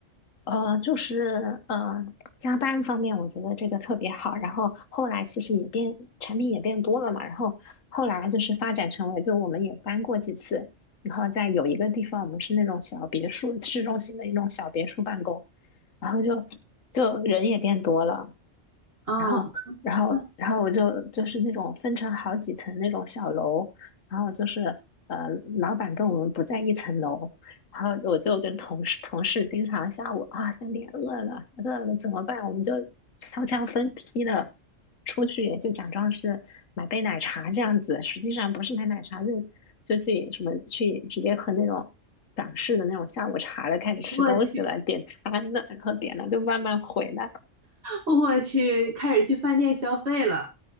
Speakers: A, on the left; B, on the right.
A: 呃，就是呃，加班方面，我觉得这个特别好。然后后来其实也变，产品也变多了嘛。然后后来就是发展成为，就我们也搬过几次。然后在有一个地方，我们是那种小别墅，市中心的一种小别墅办公。然后就就人也变多了。
B: 哦，
A: 然后，然后，
B: <laughs>
A: 然后我就就是那种分成好几层那种小楼，然后就是呃，老板跟我们不在一层楼，然后我就跟同事同事经常下午啊三点饿了饿了怎么办？我们就悄悄分批的出去，就假装是买杯奶茶这样子，实际上不是买奶茶，就就去什么去直接喝那种港式的那种下午茶了，开始吃东西了，
B: 我去，
A: 点餐了，然后点了就慢慢回来。
B: 我去，开始去饭店消费了。